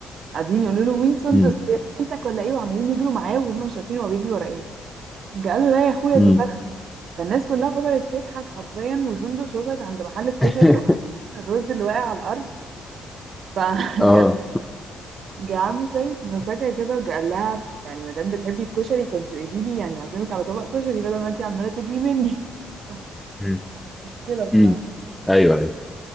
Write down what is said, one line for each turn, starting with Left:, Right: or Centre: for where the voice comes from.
Right: قاعدين يقولوا له مين سندس
Centre: امم
Right: بنتك ولا ايه وعمالين يجروا معاه وهم مش عارفين هو بيجري ورا ايه قالوا لا يا اخويا
Centre: امم
Right: دي فرخة فالناس كلها فضلت تضحك حرفيا وسندس وصلت عند محل الكشري
Centre: <laughs>
Right: وقعت الرز اللي واقع على الارض فجا
Centre: اه
Right: <laughs> عم سيد مسكها كده وقال لها يعني ما دام بتحبي الكشري كنت قولي لي يعني اعزمك على طبق كشري بدل ما انت عماله تجري مني <laughs>
Centre: امم
Right: مشكله الصراحه
Centre: امم ايوه ايوه